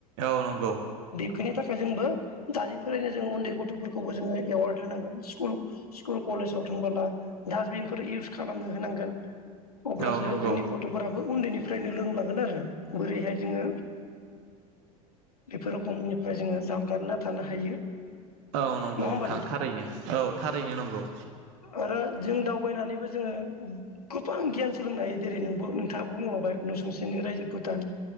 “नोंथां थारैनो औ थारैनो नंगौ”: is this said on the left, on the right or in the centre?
Right